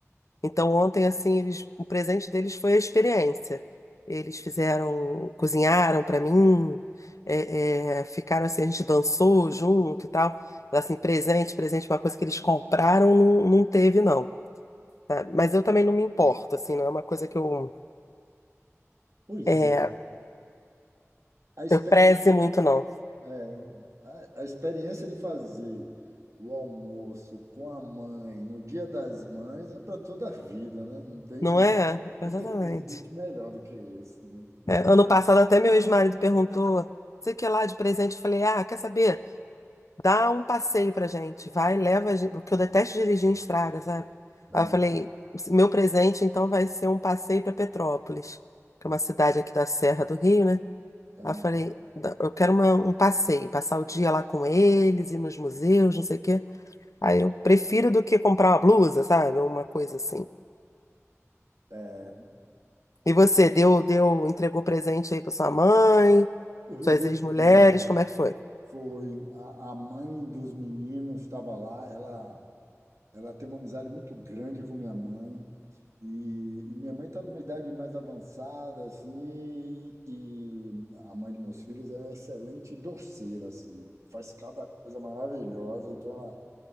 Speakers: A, on the left; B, on the right.
A: Então, ontem, assim, eles, o presente deles foi a experiência. Eles fizeram, cozinharam para mim, é, é, ficaram assim, a gente dançou junto e tal. Mas, Assim, presente, presente, uma coisa que eles compraram, não, não teve, não. tá? Mas eu também não me importo, assim, não é uma coisa que eu,
B: pois
A: é,
B: é, a experiência
A: eu preze muito,
B: de,
A: não.
B: é, a, a experiência de fazer o almoço com a mãe no Dia das Mães é para toda a vida, né? Não tem,
A: Não é? Exatamente.
B: não tem presente melhor do que esse, né?
A: É, ano passado, até meu ex-marido perguntou, sei o que é lá de presente, eu falei, ah, quer saber? Dá um passeio pra gente, vai, leva a gente, porque eu detesto dirigir em estrada, sabe?
B: Ah,
A: Aí eu falei, meu presente então vai ser um passeio pra Petrópolis, que é uma cidade aqui da Serra do Rio, né?
B: ah,
A: Aí eu falei, "Dá- eu quero uma- um passeio, passar o dia lá com eles, ir nos museus, não sei o quê. Aí eu prefiro do que comprar uma blusa, sabe? Uma coisa assim.
B: é.
A: E você, deu, deu, entregou presente aí pra sua mãe,
B: Eu levei
A: suas ex-mulheres,
B: flores.
A: como é que foi?
B: Foi a, a mãe dos meninos estava lá. Ela, ela tem uma amizade muito grande com minha mãe. E, e minha mãe está numa idade mais avançada, assim, e a mãe de meus filhos é uma excelente doceira, assim, faz cada coisa maravilhosa. Então, ela,